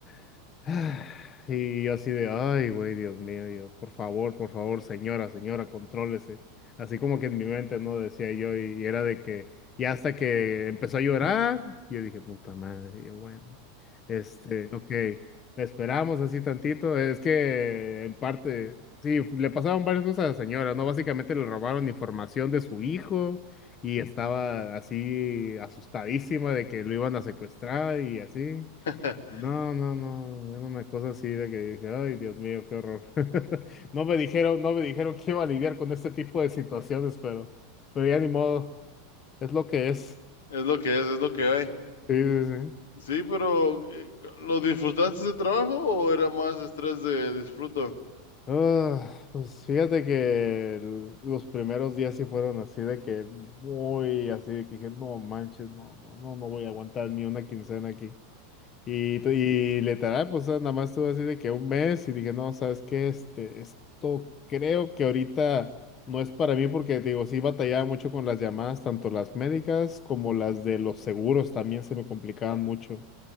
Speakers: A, on the left; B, on the left.
A: <sighs> "Ah", y yo así de, ay, güey, Dios mío, yo, por favor, por favor, señora, señora, contrólese. Así como que en mi mente, ¿no? Decía yo, y era de que, ya hasta que empezó a llorar, yo dije, puta madre, yo, bueno, este, ok. Esperamos así tantito. Es que en parte, sí, le pasaron varias cosas a la señora, ¿no? Básicamente le robaron información de su hijo y estaba así asustadísima de que lo iban a secuestrar y así.
B: <laughs>
A: No, no, no, era una cosa así de que dije, ay, Dios mío, qué horror. <laughs> No me dijeron, no me dijeron que iba a lidiar con este tipo de situaciones, pero, pero ya ni modo, es lo que es.
B: es lo que es, es lo que hay.
A: Sí, sí, sí.
B: Sí, pero eh, ¿lo disfrutaste de trabajo o era más estrés de disfruto?
A: Ah, pues fíjate que el- los primeros días sí fueron así de que muy así de que dije, no manches, no, no, no, no voy a aguantar ni una quincena aquí. Y, t- y literal, pues nada más estuve así de que un mes y dije, no, ¿sabes qué? Este, esto creo que ahorita no es para mí porque te digo, sí batallaba mucho con las llamadas, tanto las médicas como las de los seguros también se me complicaban mucho.